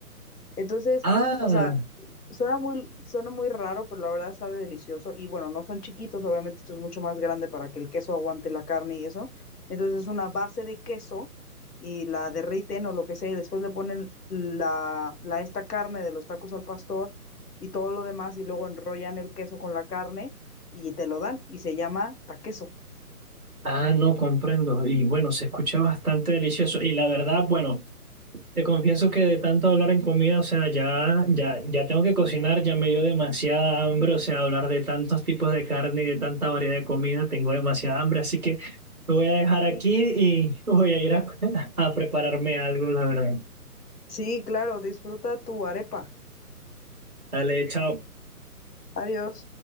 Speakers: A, on the left; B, in the centre.
A: Entonces,
B: Ah.
A: o sea, Suena muy, suena muy raro, pero la verdad sabe delicioso. Y bueno, no son chiquitos, obviamente esto es mucho más grande para que el queso aguante la carne y eso. Entonces es una base de queso y la derriten o lo que sea, y después le ponen la, la esta carne de los tacos al pastor y todo lo demás, y luego enrollan el queso con la carne y te lo dan y se llama taqueso.
B: Ah, no comprendo. Y bueno, se escucha bastante delicioso. Y la verdad, bueno, te confieso que de tanto hablar en comida, o sea, ya, ya, ya tengo que cocinar, ya me dio demasiada hambre, o sea, hablar de tantos tipos de carne y de tanta variedad de comida, tengo demasiada hambre, así que me voy a dejar aquí y <laughs> voy a ir a, <laughs> a prepararme algo, la verdad.
A: Sí, claro, disfruta tu arepa.
B: Dale, chao.
A: Adiós.